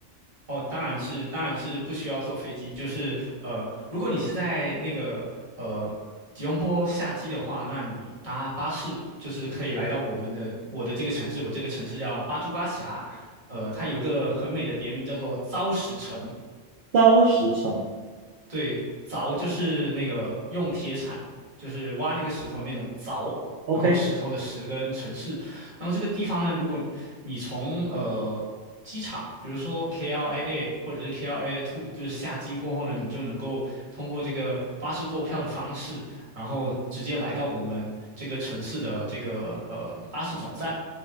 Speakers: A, on the right (about 40°); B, on the right (about 55°).
A: 哦，当然是，当然是不需要坐飞机。就是呃，如果你是在那个呃吉隆坡下机的话，那你搭巴士就是可以来到我们的我的这个城市，我这个城市叫巴珠巴峡，呃，它有一个很美的别名叫做糟石城。
B: 高时程。
A: 对，凿就是那个用铁铲，就是挖那个石头那种凿，
B: OK，
A: 然后石头的石跟城市。那么这个地方呢，如果你从呃机场，比如说 KLIA 或者是 KLIA Two，就是下机过后呢，你就能够通过这个巴士购票的方式，然后直接来到我们这个城市的这个呃巴士总站。